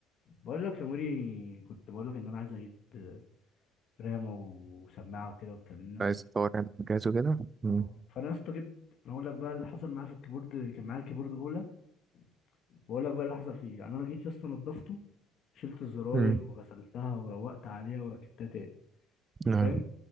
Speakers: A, on the left; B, on the right.
A: بقول لك يا موري كنت بقول لك ان انا عايز اجيب آه، رامه وسماعه وكده واتكلمنا
B: عايز تطور يعني جهاز وكده مم.
A: اه فانا يا اسطى جبت أنا اقول لك بقى اللي حصل معايا في الكيبورد كان معايا كيبورد اولى واقول لك بقى اللي حصل فيه يعني انا جيت يا اسطى نضفته شلت الزراير
B: مم.
A: وغسلتها وروقت عليها وركبتها تاني
B: نعم.
A: فاهم